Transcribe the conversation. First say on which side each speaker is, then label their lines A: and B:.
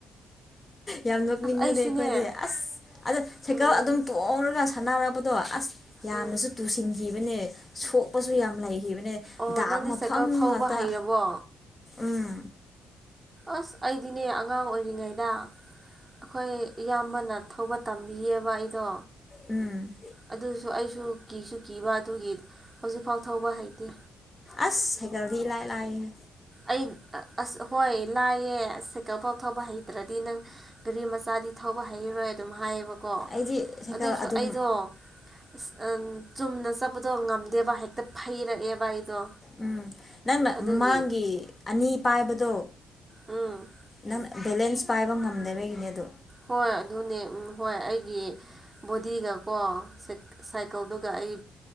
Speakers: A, on the left (about 25°); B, on the right (about 20°).
A: ꯌꯥꯝ ꯅꯣꯛꯅꯤꯡꯕꯗꯤ
B: ꯑꯁ ꯑꯩꯁꯨꯅꯦ
A: ꯑꯩꯈꯣꯏꯗꯤ ꯑꯁ ꯑꯗꯨ ꯁꯥꯏꯀꯜ
B: ꯎꯝ
A: ꯑꯗꯨꯝ ꯇꯣꯡꯔꯒ ꯁꯥꯟꯅꯔꯛꯄꯗꯣ ꯑꯁ ꯌꯥꯝꯅꯁꯨ
B: ꯎꯝ
A: ꯇꯨꯁꯤꯟꯈꯤꯕꯅꯦ ꯁꯣꯛ ꯁꯣꯛꯄꯁꯨ ꯌꯥꯝ ꯂꯩꯈꯤꯕꯅꯦ
B: ꯑꯣ
A: ꯗꯥꯛ
B: ꯅꯪꯗꯤ
A: ꯃꯐꯝ
B: ꯁꯥꯏꯀꯜ ꯊꯧꯕ
A: ꯉꯥꯛꯇ
B: ꯍꯩꯔꯕꯣ
A: ꯎꯝ
B: ꯑꯁ ꯑꯩꯗꯤꯅꯦ ꯑꯉꯥꯡ ꯑꯣꯏꯔꯤꯉꯩꯗ ꯑꯩꯈꯣꯏ ꯏꯌꯥꯝꯕꯅ ꯊꯧꯕ ꯇꯝꯕꯤꯌꯦꯕ ꯑꯩꯗꯣ
A: ꯎꯝ
B: ꯑꯗꯨꯁꯨ ꯑꯩꯁꯨ ꯀꯤꯁꯨ ꯀꯤꯕ ꯑꯗꯨꯒꯤ ꯍꯧꯖꯤꯛꯐꯥꯎ ꯊꯧꯕ ꯍꯩꯇꯦ
A: ꯑꯁ ꯁꯥꯏꯀꯜꯗꯤ ꯏ ꯂꯥꯏ ꯂꯥꯛꯕꯅꯦ
B: ꯑꯩ ꯑꯁ ꯍꯣꯏ ꯂꯥꯏꯌꯦ ꯁꯥꯏꯀꯜꯐꯥꯎ ꯊꯧꯕ ꯍꯩꯇ꯭ꯔꯗꯤ ꯅꯪ ꯒꯥꯔꯤ ꯃꯆꯥꯗꯤ ꯊꯧꯕ ꯍꯩꯔꯣꯏ ꯑꯗꯨꯝ ꯍꯥꯏꯌꯦꯕꯀꯣ
A: ꯑꯩꯗꯤ ꯁꯥꯏꯀꯜ
B: ꯑꯗꯨꯏꯁꯨ
A: ꯑꯗꯨꯝ
B: ꯑꯩꯗꯣ ꯑꯁ ꯆꯨꯝꯅ ꯆꯠꯄꯗꯣ ꯉꯝꯗꯦꯕ ꯍꯦꯛꯇ ꯐꯩꯔꯛꯑꯦꯕ ꯑꯩꯗꯣ
A: ꯎꯝ ꯅꯪꯅ
B: ꯑꯗꯨꯒꯤ
A: ꯃꯃꯥꯡꯒꯤ ꯑꯅꯤ ꯄꯥꯏꯕꯗꯣ
B: ꯎꯝ
A: ꯅꯪ ꯕꯦꯂꯦꯟꯁ ꯄꯥꯏꯕ ꯉꯝꯗꯕꯒꯤꯅꯦ ꯑꯗꯣ
B: ꯍꯣꯏ ꯑꯗꯨꯅꯦ ꯍꯣꯏ ꯑꯩꯒꯤ ꯕꯣꯗꯤꯒꯀꯣ ꯁꯥꯏꯀꯜꯗꯨꯒ ꯑꯩ